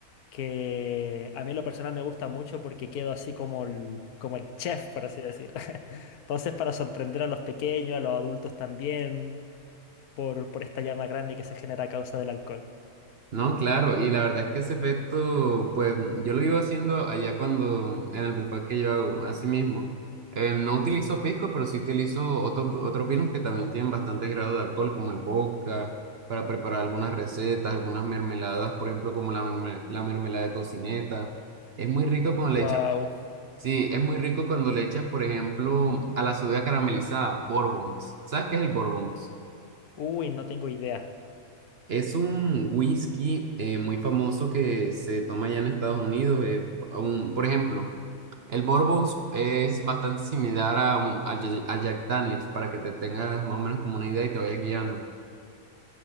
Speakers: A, on the left; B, on the right.
A: que a mí en lo personal me gusta mucho porque quedo así como el, como el chef, por así decir. <laughs> Entonces para sorprender a los pequeños, a los adultos también, por, por esta llama grande que se genera a causa del alcohol.
B: No, claro, y la verdad es que ese efecto, pues yo lo iba haciendo allá cuando, en el buffet que yo hago, así mismo. Eh, no utilizo pisco, pero sí utilizo otros, otros vinos que también tienen bastante grado de alcohol, como el vodka, para preparar algunas recetas, algunas mermeladas, por ejemplo, como la, merme- la mermelada de tocineta. Es muy rico cuando
A: Wow.
B: le echas, sí, es muy rico cuando le echas, por ejemplo, a la cebolla caramelizada, Bourbons. ¿Sabes qué es el Bourbons?
A: Uy, no tengo idea.
B: Es un whisky eh, muy famoso que se toma allá en Estados Unidos. eh, a un- por ejemplo, el Bourbon es bastante similar a, un- al Jack al Jack Daniels, para que te tengas más o menos como una idea y te vayas guiando.